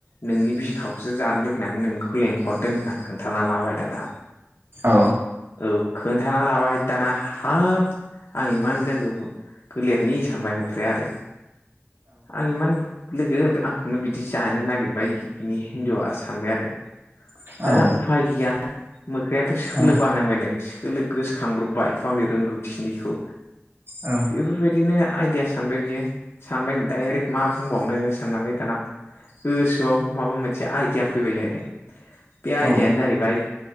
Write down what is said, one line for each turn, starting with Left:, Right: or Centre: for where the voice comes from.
Left: नोंनि बिखाखौसो जानो लुुबैनानै नोंखौ लेंहरदों होनना खोन्थाना लाबाय दाना
Right: औ
Left: औ खोन्थाना लाबाय दाना हाब आं इमान लोगो गोलेरनि सानबाय मोख्राया आरो आं इमान लोगो आंखौनो बिदि जानो नागिरबाय बिनि हिनजावा सानबाय आरो
Right: औ
Left: दाना
Right: औ
Left: उफाय गैया मोख्रायाथ' सोलो
Right: औ
Left: बानायनांबाय नो सोलो गोसोखां ब्रबबाय गावनि रोंगौथिनिखौ
Right: औ
Left: बेफोरबायदिनो आइदिया सानबाय बियो सानबायनो डाइरेक्ट मा बुंबावनो साननानै दाना गोसोआव माबा मोनसे आइदिया फैबाय जाहैदों बे आइदियायानो
Right: औ
Left: जाहैबाय